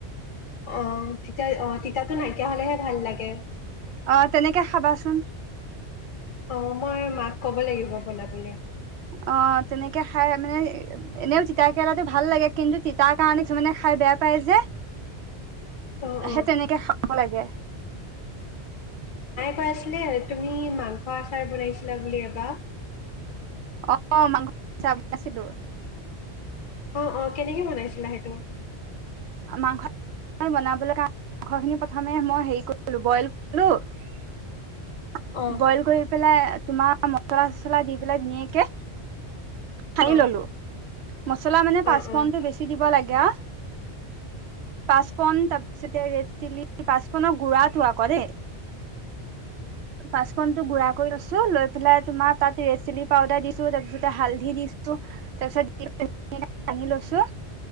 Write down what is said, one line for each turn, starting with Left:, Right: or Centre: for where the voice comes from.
Left: অ তিতা অ তিতাতো নাইকিয়া হলেহে ভাল লাগে
Right: অ তেনেকে খাবাচোন।
Left: অ মই মাক ক'ব লাগিব বনাবলে।
Right: অ তেনেকে খাই মানে এনেও তিতাকেৰেলাত ভাল লাগে কিন্তু তিতাৰ কাৰণে কিছুমানে খাই বেয়া পায় যে,
Left: অ অ
Right: সে তেনেকে খাব লাগে।
Left: কৈছিলে তুমি মাংস আচাৰ বনাইছিলা বুলি এবা
Right: অহ মাংস আচাৰ বনাছিলো।
Left: অ অ কেনেকে বনাইছিলা সেইটো,
Right: অ মাংস আচাৰ বনাবলৈ কাৰণে মাংসখিনি প্ৰথমে মই হেৰি কৰি ললো বইল হেল্ল'
Left: অ
Right: বইল কৰি পেলাই তোমাৰ মচলা চচলা দি পেলাই ধুনীয়াকে ঠাহি
Left: অ
Right: ললো। মছলা মানে পাঁচপণটো
Left: অ অ
Right: বেছি দিব লাগে আৰু পাঁচপন তাৰপিছতে ৰেড চিলি পাঁচপনৰ গুড়াটো আক দেই। পাঁচপনটো গুড়া কৰি লছো লৈ পেলাই তোমাৰ তাত ৰেড চিলি পাউডাৰ দিছো, তাৰ পিছতে হালধি দিছো তাৰপিছত <unintelligible> লছো